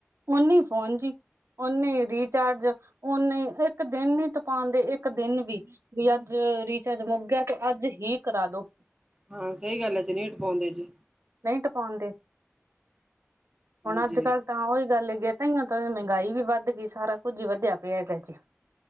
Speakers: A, on the right; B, on the right.
A: ਫੋਨੀ-ਫੋਨ ਜੀ। ਉਹਨੇ ਈ ਰੀਚਾਰਜ ਓਨੇ ਈ ਇੱਕ ਦਿਨ ਨੀ ਟਪਾਂਦੇ ਏਕ ਦਿਨ ਵੀ। ਵੀ ਅੱਜ, ਰੀਚਾਰਜ ਮੁੱਕ ਗਿਆ ਤੇ ਅੱਜ ਹੀ ਕਰਾਦੋ।
B: ਹਾਂ ਸਹੀ ਗੱਲ ਆ ਜ ਨਈ ਟਪਾਉਂਦੇ ਜੀ।
A: ਨਹੀਂ, ਤਪਾਉਂਦੇ,
B: ਹਾਂਜੀ
A: ਹੁਣ ਅੱਜ-ਕੱਲ ਤਾਂ ਉਹੀ ਗੱਲ ਹੈਗੀ ਏ ਤਾਂ ਇਓ ਮਹਿੰਗਾਈ ਵੀ ਵੱਧ ਗਈ, ਸਾਰਾ ਕੁੱਝ ਹੀ ਵੱਧਿਆ ਪਿਆ ਹੈਗਾ ਜੇ‌।